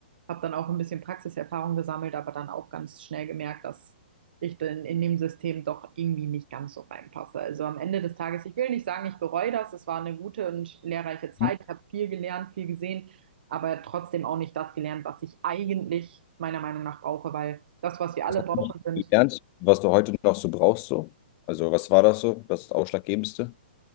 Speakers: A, on the right; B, on the left.
A: Habe dann auch ein bisschen Praxiserfahrung gesammelt, aber dann auch ganz schnell gemerkt, dass ich dann in dem System doch irgendwie nicht ganz so reinpasse. Also am Ende des Tages, ich will nicht sagen, ich bereue das. Es war eine gute und lehrreiche Zeit.
B: Hm?
A: Ich habe viel gelernt, viel gesehen, aber trotzdem auch nicht das gelernt, was ich eigentlich meiner Meinung nach brauche, weil das, was wir alle
B: Was hast
A: brauchen,
B: du
A: sind
B: gelernt, was du heute noch so brauchst so? Also, was war das so? Das Ausschlaggebendste?